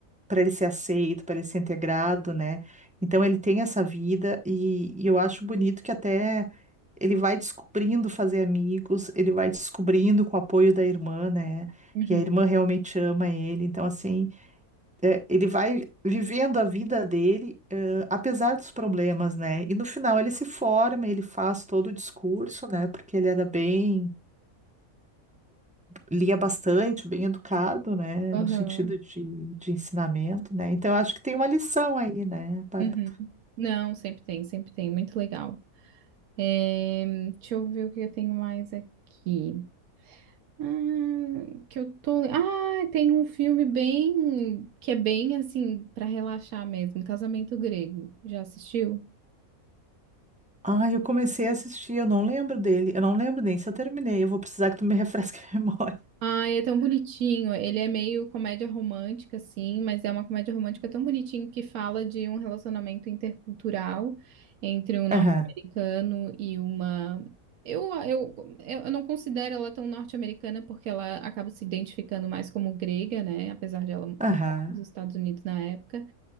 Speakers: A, in the centre; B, on the right (about 75°).
A: para ele ser aceito, para ele ser integrado, né? Então ele tem essa vida e, e eu acho bonito que até ele vai descobrindo fazer amigos, ele vai descobrindo com o apoio da irmã, né?
B: Uhum.
A: E a irmã realmente ama ele. Então, assim, é, ele vai vivendo a vida dele, eh, apesar dos problemas, né? E no final ele se forma, ele faz todo o discurso, né? Porque ele era bem lia bastante, bem educado, né,
B: Aham.
A: no sentido de, de ensinamento, né? Então eu acho que tem uma lição aí, né, Bárbara?
B: Uhum. Não, sempre tem, sempre tem. Muito legal. É, deixa eu ver o que eu tenho mais aqui. Ah, que eu tô. le- Ah, tem um filme bem. que é bem assim, pra relaxar mesmo. Casamento Grego. Já assistiu?
A: Ah, eu comecei a assistir, eu não lembro dele, eu não lembro nem se eu terminei, eu vou precisar que tu me <laughs> refresque a memória.
B: Ai, é tão bonitinho. Ele é meio comédia romântica, assim, mas é uma comédia romântica tão bonitinho que fala de um relacionamento intercultural entre um norte-americano
A: Aham,
B: e uma. Eu, eu, eu não considero ela tão norte-americana porque ela acaba se identificando mais como grega, né? Apesar de ela morar
A: aham,
B: nos Estados Unidos na época.